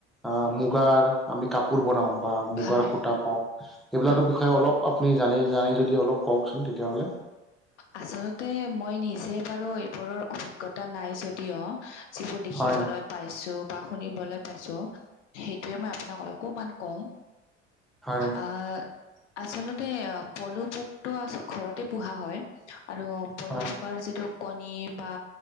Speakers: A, in the centre; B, on the left (about 80°).
A: অ মুগাৰ আমি কাপোৰ বনাও বা মুগাৰ
B: হয়
A: সূতা পাওঁ এইবিলাকৰ
B: হয়
A: বিষয়ে অলপ আপুনি জানে জানে যদি অলপ কওঁকচোন তেতিয়াহ'লে
B: আচলতে মই নিজে বাৰু এইবোৰৰ অভিজ্ঞতা নাই যদিও যিবোৰ দেখিবলৈ
A: হয়
B: পাইছো বা শুনিবলৈ পাইছো সেইটোৱে মই আপোনাক অকমান কওঁ।
A: হয়
B: আহ আচলতে পলু পোকতো আ ঘৰত পোহা হয় আৰু পলু
A: হয়
B: পোকৰ যিটো কণী বা